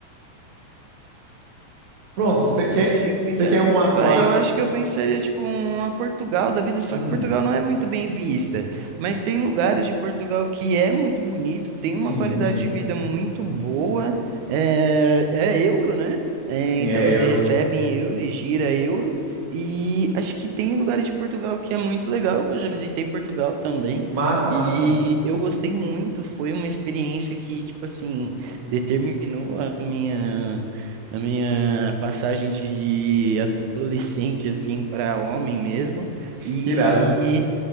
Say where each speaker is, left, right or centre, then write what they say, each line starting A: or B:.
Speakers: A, on the right (about 65°); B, on the right (about 85°).
A: Pronto,
B: Não
A: você
B: consigo
A: quer,
B: pensar.
A: você quer uma,
B: Vai,
A: uma...
B: eu acho que eu pensaria, tipo, uma Portugal da vida, só
A: Hum,
B: que Portugal não é muito bem vista. Mas tem lugares de Portugal que é muito bonito, tem
A: sim,
B: uma qualidade
A: sim.
B: de vida muito boa. É, é euro, né? É,
A: Sim,
B: então
A: é
B: você
A: euro.
B: recebe em euro e gira euro. E acho que tem lugares de Portugal que é muito legal. Eu já visitei Portugal também.
A: Massa, massa.
B: E eu gostei muito. Foi uma experiência que, tipo assim, determinou a minha na minha passagem de adolescente assim para homem mesmo e
A: Que irado.